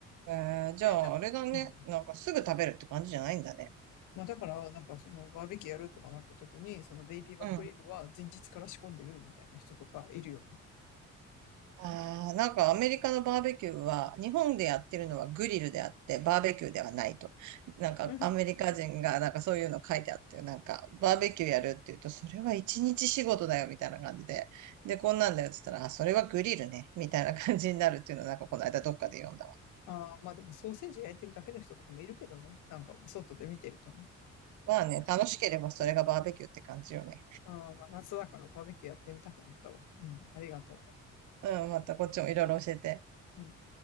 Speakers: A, on the right; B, on the left.
A: ん。えーじゃあ、
B: で、なんか、
A: あれだね。
B: うん
A: なんかすぐ食べるって感じじゃないんだね。
B: まあだから、なんかそのバーベキューやるとかなった時に、そのベイビーバックリブは前日から仕込んでるみたいな人とかいるよね。
A: うん。ああ、なんかアメリカのバーベキューは、日本でやってるのはグリルであって、バーベキューではないと。なんかアメリカ人がなんかそういうの書いてあって、
B: <laughs>
A: なんかバーベキューやるって言うと、それは一日仕事だよみたいな感じで。で、こんなんだよって言ったら、あ、それはグリルね、みたいな感じになるっていうのはなんかこの間どっかで読んだわ。
B: ああ、まあでもソーセージ焼いてるだけの人とかもいるけどね。なんか外で見てるとね。
A: まあね、楽しければそれがバーベキューって感じよね。
B: ああ、まあ、夏だからバーベキューやってみたくなったわ。うん、ありがと
A: うん、うん、またこっちもいろいろ教えて。
B: う。うん。